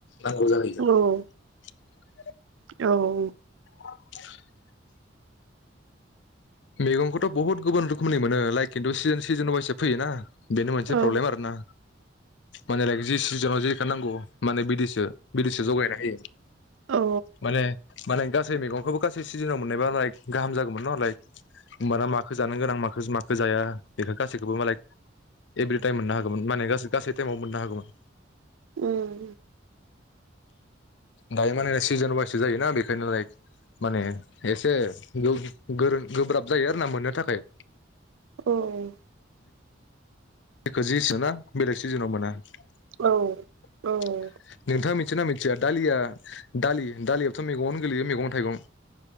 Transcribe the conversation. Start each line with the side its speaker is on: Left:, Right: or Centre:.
Left: नांगौ जायो।
Right: औ
Left: <unintelligible>
Right: औ
Left: <unintelligible> मैगंखौथ' बहुत गुबुन रोखोमनि मोनो लाइक खिन्थु सिजोन वाइसो फैयोना। बेनो मोनसे
Right: औ
Left: प्रब्लेम आरो ना। माने लाइक जि सिजोनाव जिखो नांगौ माने बिदिसो बिदिसो जगायना होयो।
Right: औ
Left: माने माने गासै मैगंखौबो गासै सिजोनाव मोननायबा लाइक गाहाम जागौमोन ना लाइक होमबाना माखो जानो गोनां म माखो जाया बेखो गासैखोबो लाइक एभ्रि टाइम मोननो हागोमोन माने गासै गासै टाइमाव मोननो हागौमोन।
Right: उम
Left: दायो माने सिजोन वाइससो जायोना बेखायनो लाइक माने एसे गोरों गोब्राब जायो आर ना मोननो थाखाय।
Right: औ
Left: बेखौ जे <unintelligible> बेलेग सिजोनाव मोना। नोंथाङा
Right: औ औ
Left: मिथिना मिथिया दालिया दालि दालियाथ' मेगंआवनो गोलैयो मेगं थाइगं।